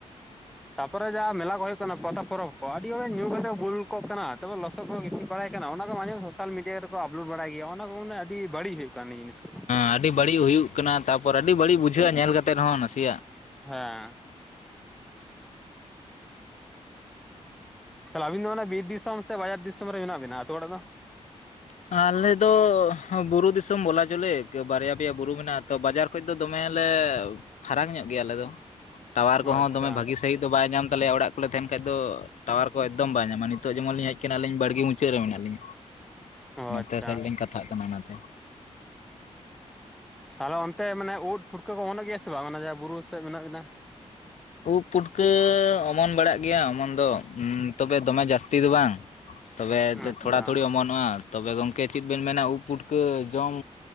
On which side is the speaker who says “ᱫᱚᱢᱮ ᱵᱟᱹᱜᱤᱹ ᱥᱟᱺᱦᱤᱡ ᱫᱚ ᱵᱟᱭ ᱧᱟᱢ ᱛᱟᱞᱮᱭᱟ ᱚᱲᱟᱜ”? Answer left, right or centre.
Left